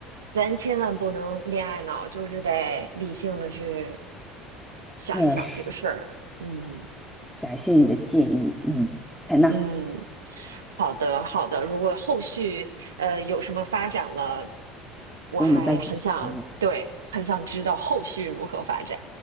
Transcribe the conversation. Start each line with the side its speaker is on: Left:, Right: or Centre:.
Right: 咱千万不能恋爱脑，就是得理性的去想一想这个事儿。
Centre: 确实，
Right: 嗯
Centre: 感谢你的建议，嗯，采纳，
Right: 嗯，好的好的。如果后续呃有什么发展了，我还很想，
Centre: 我们再继续讨论
Right: 对，很想知道后续如何发展。